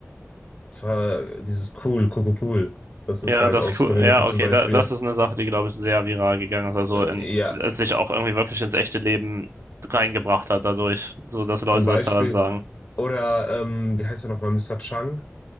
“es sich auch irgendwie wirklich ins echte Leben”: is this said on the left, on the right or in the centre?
Right